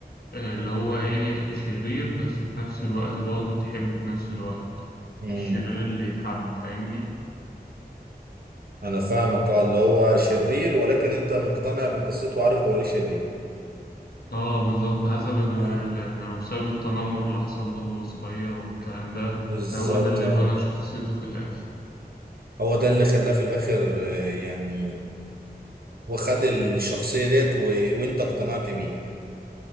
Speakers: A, on the left (about 65°); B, on the right (about 65°).
A: آه، اللي هو ايه شرير بس في نفس الوقت برضه تحبه في نفس الوقت
B: امم
A: الشرير اللي يتحب فاهمني
B: انا فاهمك اه اللي هو شرير ولكن انت مقتنع بقصته وعارف هو ليه شرير
A: اه بالظبط حسب ال-
B: آه
A: ال- لو بسبب التنمر اللي حصل له وهو صغير والكلام ده
B: بالظبط
A: فهو ده اللي
B: آه.
A: بنى شخصيته في الآخر
B: هو ده اللي خلاه في الاخر آه، يعني وخد الشخصيه ديت و... وانت اقتنعت بيه